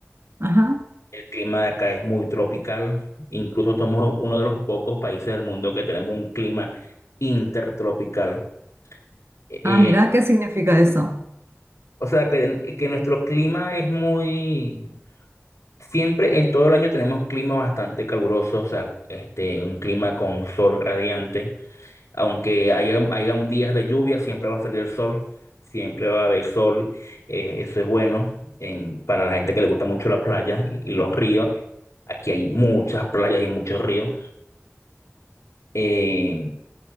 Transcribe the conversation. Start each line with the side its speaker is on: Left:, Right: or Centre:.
Right: Ajá.
Left: El clima de acá es muy tropical, incluso somos uno de los pocos países del mundo que tenemos un clima intertropical. Eh, eh,
Right: Ah, mirá, ¿qué significa eso?
Left: o sea, que, que nuestro clima es muy... Siempre en todo el año tenemos clima bastante caluroso, o sea, este, un clima con sol radiante. Aunque haya, hayan días de lluvia, siempre va a salir el sol, siempre va a haber sol. eh, eso es bueno en- para la gente que le gusta mucho la playa y, y los ríos. Aquí hay muchas playas y muchos ríos. Eh,